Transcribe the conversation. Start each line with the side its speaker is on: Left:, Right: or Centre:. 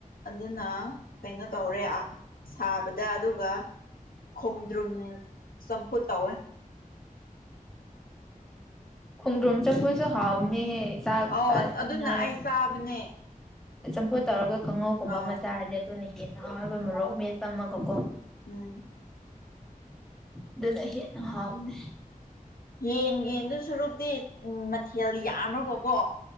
Left: ꯑꯗꯨꯅ ꯀꯩꯅꯣ ꯇꯧꯔꯦ ꯑ ꯁꯥꯕꯗ ꯑꯗꯨꯒ ꯈꯣꯡꯗ꯭ꯔꯨꯝ ꯆꯝꯐꯨꯠ ꯇꯧꯋꯦ
Centre: ꯈꯣꯡꯗ꯭ꯔꯣꯝ ꯆꯠꯄꯨꯠꯁꯨ ꯍꯥꯎꯅꯤꯍꯦ ꯆꯥꯛ
Left: ꯑꯧ
Centre: ꯆꯥꯅꯤꯛ
Left: ꯑꯗꯨꯅ
Centre: ꯉꯥꯢꯂꯩ
Left: ꯑꯩ ꯆꯥꯕꯅꯦ
Centre: ꯆꯝꯐꯣꯠ ꯇꯧꯔꯒ ꯀꯥꯡꯉꯧꯒꯨꯝꯕ
Left: ꯑꯧ
Centre: ꯑꯃ ꯆꯥꯔꯗꯤ ꯑꯗꯨꯅ ꯌꯦꯟꯅ
Left: ꯎꯝ
Centre: ꯍꯥꯎꯋꯦꯀꯣ ꯃꯔꯣꯛ ꯃꯦꯠꯄ ꯑꯃꯒꯀꯣ
Left: ꯎꯝ
Centre: ꯑꯗꯨꯅ ꯍꯦꯟꯅ ꯍꯥꯎꯕꯅꯦ
Left: ꯌꯦꯟꯒꯤ ꯏꯟꯗꯨ ꯁꯨꯔꯨꯛꯇꯤ ꯎꯝ ꯃꯊꯦꯜ ꯌꯥꯝ꯭ꯔꯒꯀꯣ